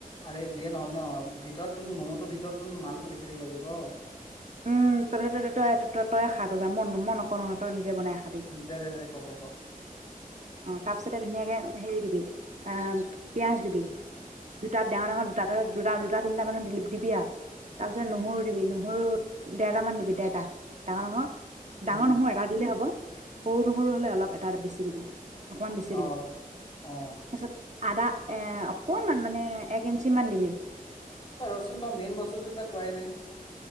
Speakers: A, on the left; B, on the right.
A: আৰে যিয়ে নহওক ন ভিতৰততো মমটো ভিতৰত তুন মালটো বেছি থাকিব লাগিব
B: উম তহ তই ত ত‌ই তয়ে খাগৈ যা ম মই নকওঁ নহলে তই নি জে বনাই খাবি
A: দে দে দে ক ক ক
B: অ তাৰপিছতে ধুনীয়াকে হেৰি দিবি আহ পিয়াজ দিবি দুটা ডাঙৰ ডাঙৰ দুটা দুটা দুটা তিনটা মানৰ দিবি আৰু তাৰ পিছত নহৰু দিবি নহৰু ডেৰটাৰামান দিবি ডেৰটা ডাঙৰ ডাঙৰ ডাঙৰ
A: উম
B: নহৰু এটা দিলে হ'ব সৰু নহৰু হলে অলপ এটা বেছি দিবি অকমান বেছি
A: অ
B: দিবি তাৰপিছত
A: অ
B: আদা এ অকনমান মানে এক ইঞ্চি মান দিবি
A: ৰচুন ত মেইন বস্তুটো যে কোৱাই নাই